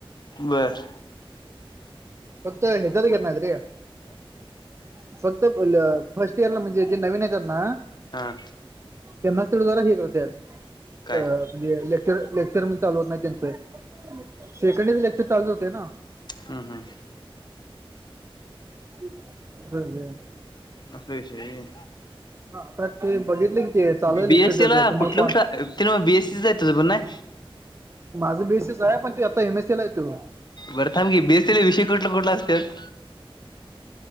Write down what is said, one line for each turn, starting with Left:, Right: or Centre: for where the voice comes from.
Left: बर.
Right: फक्त हेजारी घेत नाहीयत रे फक्त फर्स्ट इयरला म्हणजे जे नवीन येतात ना.
Left: हा
Right: त्यांनाच तेवढ जरा हे करत्यात
Left: काय
Right: म्हणजे लेक्चर लेक्चर म्हण चालू होत नाही त्यांचं सेकंड इयर लेक्चर चालूच होते ना.
Left: हम्! हम्म!
Right: <inaudible>
Left: असा विषय आहे व्हय.
Right: आता ते बघितले कि ते चालू आहे
Left: बी
Right: लेक्चर
Left: एस
Right: त्याचं
Left: सीला
Right: ते मला
Left: कुठल
Right: कॉल
Left: कुठल ते नव्ह बी ए सीच आहे तुझं नाय.
Right: माझं बी एस सीच आहे पण तो आता एम एस सीला आहे तो
Left: बरं थांब की बी एस सीला विषय कुठलं कुठला असतात?